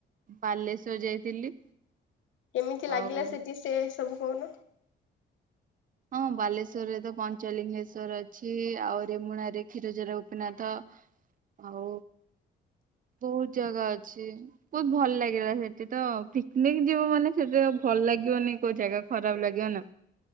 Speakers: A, on the right; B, on the left.
A: ବାଲେଶ୍ଵର ଯାଇଥିଲି।
B: କେମିତି ଲାଗିଲା
A: ଆଉ
B: ସେଠି ସେ ସବୁ କହୁନ।
A: ହଁ ବାଲେଶ୍ଵରରେ ତ ପଞ୍ଚଲିଙ୍ଗେଶ୍ଵର ଅଛି ଆଉ ରେମୁଣାରେ କ୍ଷୀରଚୋରା ଗୋପୀନାଥ ଆଉ ବହୁତ ଜାଗା ଅଛି ବହୁତ ଭଲ ଲାଗିଲା ସେଠି ତ ପିକନିକ ଯିବ ମାନେ ସେଠି ଭଲ ଲାଗିବନି କଉ ଜାଗା ଖରାପ ଲାଗିବ ନା।